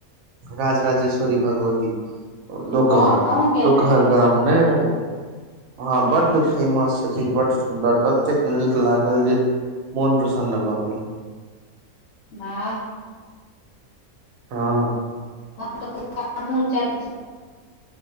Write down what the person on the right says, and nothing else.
राजराजेश्वरी भगवती लोकहर।
लोकहर
घर गाम नै रहे हां
बड्ड फेमस छथीन बड सुंन्दर ततैक नीक लाग कल जै मौन प्रसन्न भ गैल।
हँ